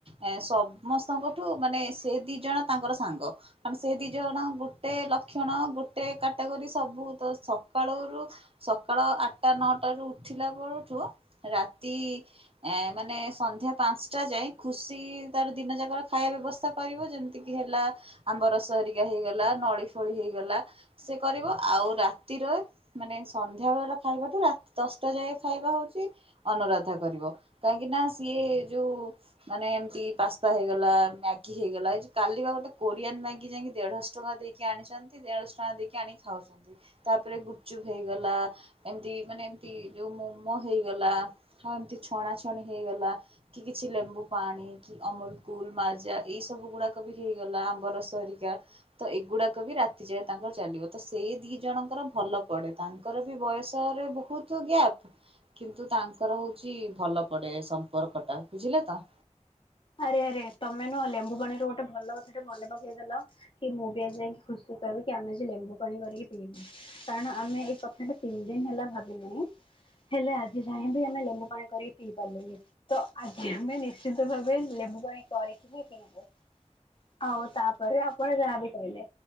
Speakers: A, on the right; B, on the left.
A: ଏ ସମସ୍ତଙ୍କଠୁ ମାନେ ସେ ଦି ଜଣ ତାଙ୍କର ସାଙ୍ଗ। ମାନେ ଦି ଜଣ ଗୋଟେ ଲକ୍ଷଣ ଗୋଟେ କାଟାଗୋରି ସବୁ ତ ସକାଳରୁ ସକାଳ ଆଠଟା ନଅଟା ରୁ ଉଠିଲା ପରଠୁ ରାତି ଏ ମାନେ ସନ୍ଧ୍ୟା ପାଞ୍ଚ ଞ୍ଚଟା ଯାଏ ଖୁସି ତାର ଦିନ ଯାକର ଖାଇବା ବ୍ୟବସ୍ଥା କରିବ ଯେମିତିକି ହେଲା ଆମ୍ବ ରସହରିକା ହେଇଗଲା ନଳିଫଳି ହେଇଗଲା ସେ କରିବ ଆଉ ରାତିରେ ମାନେ ସନ୍ଧ୍ୟାବେେଳର ଖାଇବାଠୁ ରାତି ଦଶଟା ଯାଏ ଖାଇବା ହଉଛି ଅନୁରାଧା କରିବ କାହିଁକି ନା ସିଏ ଯୋଉ ମାନେ ଏମିତି ପାସ୍ତା ହେଇଗଲା ମ୍ୟାଗି ହେଇଗଲା ଏ ଯଉ କାଲି ବା ଗୋଟେ କୋରିଆନ୍ ମ୍ୟାଗି ଯାଇକି ଦେଢଶହ ଟଙ୍କା ଦେଇକି ଆଣିଛନ୍ତି ଦେଢ଼ଶହ ଟଙ୍କା ଦେଇକି ଆଣିି ଖାଉଛନ୍ତି ତାପରେ ଗୁପଚୁପ ହେଇଗଲା ଏମତି ମାନେ ଏମତି ଯୋଉ ମମୋ ହେଇଗଲା ଆଉ ଏମତି ଛଣା ଛଣି ହେଇଗଲା କି କିଛି ଲେମ୍ବୁ ପାଣି ଅମୁଲକୁୁଲ ମାଜା ଏଇ ସବୁ ଗୁଡାକ ବି ହେଇଗଲା ଆମ୍ବରସ ହରିକା ତ ଏଗୁଡାକ ବି ରାତି ଯାଏ ତାଙ୍କର ଚାଲିବ ତ ସେଇ ଦି ଜଣଙ୍କର ଭଲ ପଡେ ତାଙ୍କ ତାଙ୍କର ବି ବୟସରେ ବହୁତ ଗ୍ୟାପ୍ କିନ୍ତୁ ତାଙ୍କର ହଉଛି ଭଲ ପଡେ ସମ୍ପର୍କ ଟା ବୁଝିଲେ ତ?
B: ଆରେ ଆରେ ତମେ ନୁହଁ ଲେମ୍ବୁ ପାଣିରୁ ଗୋଟେ ଭଲ କଥାଟେ ମନେ ପକେଇଦେଲ। କି ମୁଁ ବି ଆଜି ଯାଇକି ଖୁସିକି କହିବି କି ଆମେ ଆଜି ଲେମ୍ବୁପାଣି କରିକି ପିଇବୁ। କାରଣ ଆମେ ଏଇ କଥାଟା ତିନି ଦିନ ହେଲା ଭାବିଲୁଣି। ହେଲେ ଆଜି ଯାଏ ବି ଆମେ ଲେମ୍ବୁପାଣି କରିକି ପିଇ ପାରିଲୁନ ତ ଆଜି ଆମେ ନିଶ୍ଚିିତ ଭାବେ ଲେମ୍ବୁପାଣି କରିକିରି ପିଇବୁ ଆଉ ତାପରେ ଆପଣ ଯାହାବି କହିଲେ